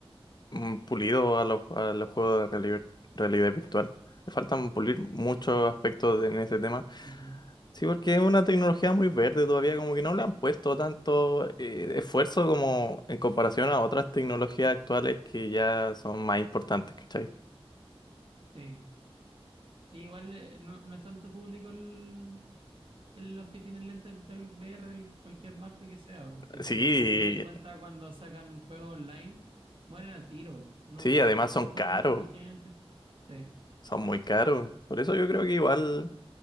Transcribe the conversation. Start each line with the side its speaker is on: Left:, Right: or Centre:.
Left: un pulido a los, a los juegos de reali- realidad, virtual. Le faltan pulir muchos aspectos de- en ese tema.
Right: Ujú,
Left: Sí, porque es una tecnología muy verde todavía, como que no le han puesto tanto eh, esfuerzo como en comparación a otras tecnologías actuales que ya son más importantes, ¿cachai?
Right: Sí. Sí, igual eh, no, no es tanto público el, el- los que tienen lentes del VR, de cualquier marca que sea. o Si al
Left: Sí,
Right: final te das cuenta cuando sacan juegos online, mueren al tiro. No
Left: sí, además son
Right: lo
Left: caros,
Right: juega muy poca gente. Sí,
Left: son muy caros. Por eso yo creo que igual...